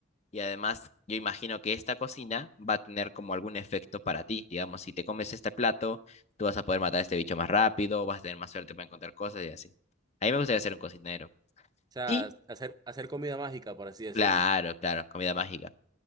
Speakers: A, on the left; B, on the right.
A: Y además, yo imagino que esta cocina va a tener como algún efecto para ti. Digamos, si te comes este plato, tú vas a poder matar a este bicho más rápido, vas a tener más suerte para encontrar cosas y así. A mí me gustaría ser un cocinero.
B: O sea,
A: Y,
B: hacer, hacer comida mágica, por así decirlo.
A: claro, claro, comida mágica.